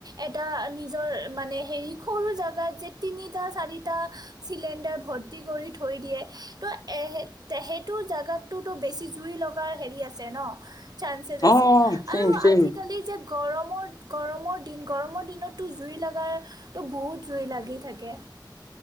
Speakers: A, on the right; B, on the left.
A: এটা নিজৰ মানে হেৰি সৰু জেগাত যে তিনটা চাৰিটা চিঙিদাৰ ভৰি কৰি থৈ দিয়ে তো সেইটো জেগাততোতো বেছি জুই লগাৰ হেৰি আছে ন। চানসেছ
B: অ
A: আছে
B: অ চেম
A: আৰু
B: চেম
A: আজিকালি যে গৰম গৰমৰ গৰমৰ দিন গৰমৰ দিনততো জুই লগাতো বহুত জুই লাগি থাকে।